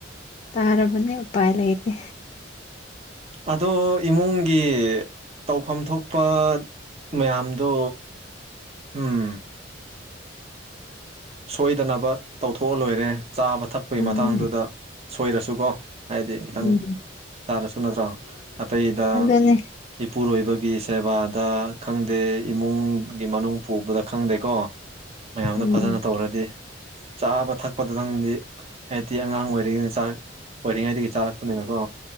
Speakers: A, on the left (about 35°); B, on the right (about 35°).
A: ꯇꯥꯔꯕꯔꯕꯅꯦ ꯎꯄꯥꯏ ꯂꯩꯇꯦ
B: ꯑꯗꯣ ꯏꯃꯨꯡꯒꯤ ꯇꯧꯐꯝ ꯊꯣꯛꯄ ꯃꯌꯥꯝꯗꯣ ꯎꯝ ꯁꯣꯏꯗꯅꯕ ꯇꯧꯊꯣꯛꯑ ꯂꯣꯏꯔꯦ ꯆꯥꯕ ꯊꯛꯄꯒꯤ
A: ꯑꯗꯨꯅꯦ
B: ꯃꯇꯥꯡꯗꯨꯗ ꯁꯣꯏꯔꯁꯨꯀꯣ ꯍꯥꯏꯗꯤ ꯈꯤꯇꯪ
A: ꯎꯝ
B: ꯆꯥꯔꯁꯨ ꯅꯠꯇ꯭ꯔꯣ ꯑꯇꯩꯗ
A: ꯑꯗꯨꯅꯦ
B: ꯏꯄꯨꯔꯣꯏꯕꯒꯤ ꯁꯦꯕꯥꯗ ꯈꯪꯗꯦ ꯏꯃꯨꯡꯒꯤ ꯃꯅꯨꯡ ꯄꯨꯕꯗ ꯈꯪꯗꯦꯀꯣ ꯃꯌꯥꯝꯗꯣ
A: ꯎꯝ
B: ꯐꯖꯅ ꯇꯧꯔꯗꯤ ꯆꯥꯕ ꯊꯛꯄꯗꯗꯪꯗꯤ ꯍꯥꯏꯗꯤ ꯑꯉꯥꯡ ꯑꯣꯏꯔꯤꯉꯩꯅ ꯆꯥꯛ ꯑꯣꯏꯔꯤꯉꯩꯗꯒꯤ ꯆꯥꯔꯛꯄꯅꯤꯅꯀꯣ